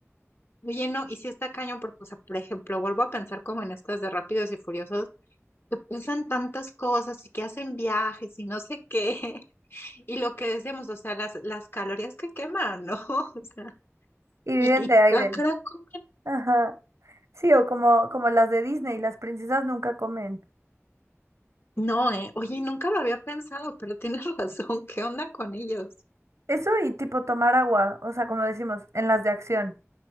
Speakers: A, on the left; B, on the right.
A: Oye, no, y si está cañón, porque, o sea, por ejemplo, vuelvo a pensar como en estas de Rápidos y Furiosos, que usan tantas cosas y que hacen viajes y no sé qué. <laughs> Y lo que decíamos, o sea, las, las calorías que queman, ¿no? <laughs> O sea,
B: Y viven
A: Y, y
B: de aire.
A: ah, caray, comen.
B: Ajá. Sí, o como, como las de Disney, las princesas nunca comen.
A: No, eh. Oye, nunca lo había pensado, pero tienes <laughs> razón. ¿Qué onda con ellos?
B: Eso y tipo tomar agua, o sea, como decimos, en las de acción.